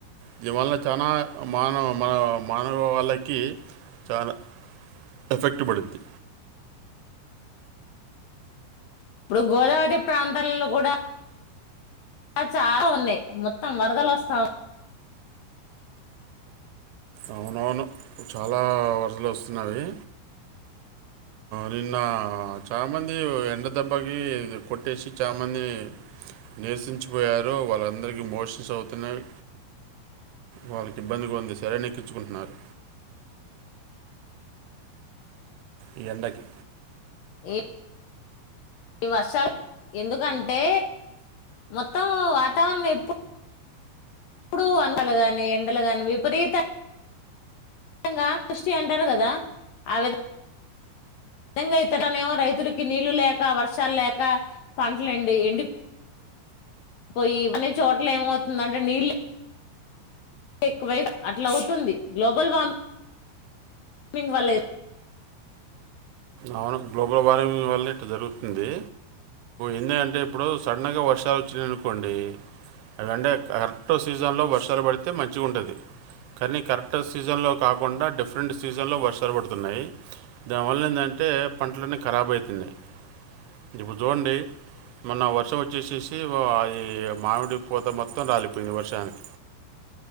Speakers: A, on the right; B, on the left.
A: దీని వల్ల చానా మానవ మన మానవు వాళ్ళకి చానా ఎఫెక్ట్ పడింది
B: ఇప్పుడు గోదావరి ప్రాంతల్లో కూడా అ చాలా ఉన్నాయి మొత్తం వరదలొస్తాయి
A: అవునవును చాలా వరదలు వస్తున్నావి
B: <inaudible>
A: నిన్న చాలామంది ఎండ దబ్బాకి కొట్టేసి చాలామంది నిరాసించిపోయారు వాళ్ళందరికీ మోషన్స్ అవుతున్నాయి వాళ్ళకి ఇబ్బంది గా ఉంది సెలూన్ ఎక్కించుకుంటున్నారు ఈ ఎండకి
B: ఏ ఈ వర్షాలు ఎందుకంటే మొత్తం వాతావరణం ఎప్పుడు ఎప్పుడు అండలు గాని ఎండలు గాని విపరీత గా కృష్టి అంటారు కదా ఆ విధం నిజంగా ఇతడనేమో రైతులకి నీళ్లు లేక వర్షాలు లేక పంటలుఎండి ఎండి పోయి కొన్ని చోట్ల ఏమవుతుంది అంటే నీళ్ళు ఎక్కువైపు అట్లా అవుతుంది గ్లోబల్మి వమింగ్ వల్ల
A: అవును గ్లోబల్ వార్మింగ్ వల్లే ఇట్లా జరుగుతుంది ఎందే అంటే ఇప్పుడు సడన్ గా వర్షాలు వచ్చినాయనుకోండి అదంటే కరెక్ట్ సీజన్ లో వర్షాలు పడితే మంచిగా ఉంటుంది కానీ కరెక్ట్ సీజన్లో కాకుండా డిఫరెంట్ సీజన్లో వర్షాలు పడుతున్నాయి దానివల్ల ఏందంటే పంటలన్నీ ఖరాబ్ అవుతున్నాయి ఇప్పుడు చూడండి మొన్న వర్షం వచ్చేసేసి ఈ మామిడి పూత మొత్తం రాలిపోయింది వర్షానికి